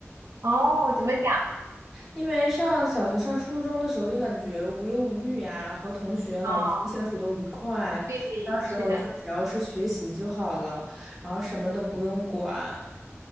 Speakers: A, on the right (about 80°); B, in the centre.
A: 哦，怎么讲？
B: 因为上小学、上初中的时候就感觉无忧无虑呀、和同学、老师相处都愉快，
A: 哦，对，
B: 那时候就只要是学习就好了，
A: 是的，
B: 然后什么都不用管。